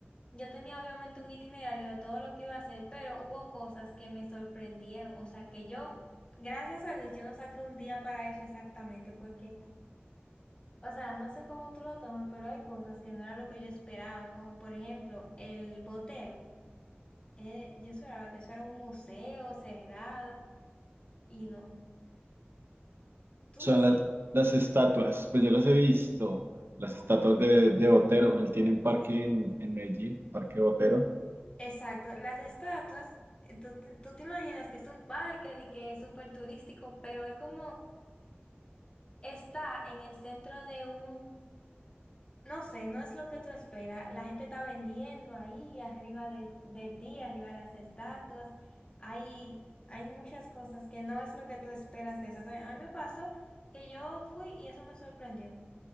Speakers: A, on the left (about 25°); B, on the right (about 60°).
A: yo tenía obviamente un itinerario de todo lo que iba a hacer, pero hubo cosas que me sorprendieron. O sea, que yo, gracias a Dios, yo no saqué un día para eso exactamente, porque, o sea, no sé cómo tú lo tomes, pero hay cosas que no era lo que yo esperaba, como por ejemplo el botero. Eh, yo esperaba que eso era un museo cerrado y no, tú
B: Son
A: no has
B: las,
A: sido.
B: las estatuas, pues yo las he visto, las estatuas de, de Botero. Él tiene un parque en, en Medellín, Parque Botero.
A: Exacto, las estatuas, eh, tú, te tú te imaginas que es un parque y que es súper turístico, pero es como está en el centro de un, no sé, no es lo que tú esperas. La gente está vendiendo ahí, arriba de, de ti, arriba de las estatuas. Hay, hay muchas cosas que no es lo que tú esperas de eso. O sea, a mí me pasó que yo fui y eso me sorprendió,